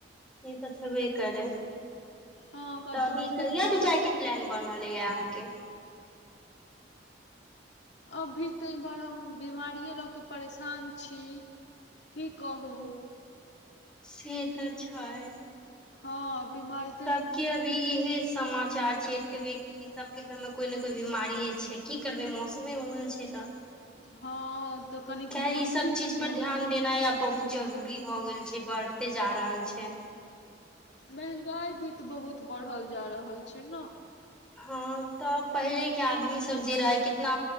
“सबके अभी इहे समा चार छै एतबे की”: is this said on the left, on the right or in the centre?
Centre